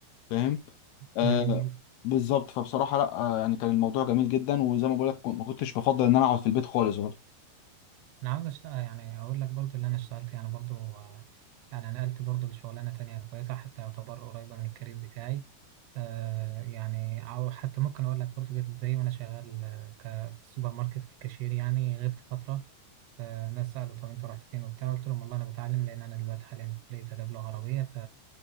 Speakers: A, on the left; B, on the right.
A: فاهم آه
B: ده جميل جدا
A: بالظبط فبصراحه لا آه يعني كان الموضوع جميل جدا وزي ما بقول لك ما كنتش بفضل ان انا اقعد في البيت خالص برضه
B: انا عاوز اشتغل يعني اقول لك برضو اللي انا اشتغلت يعني برضو آه، يعني نقلت برضو لشغلانه تانية كويسه حتى يعتبر قريبه من الكارير بتاعي آه يعني او حتى ممكن اقول لك برضو جت ازاي وانا شغال آه، ك- في السوبر ماركت ككاشير يعني غبت فتره فالناس سالوا طب انت رحت فين وبتاع قلت لهم والله انا بتعلم لان انا دلوقتي حاليا في كليه اداب لغه عربيه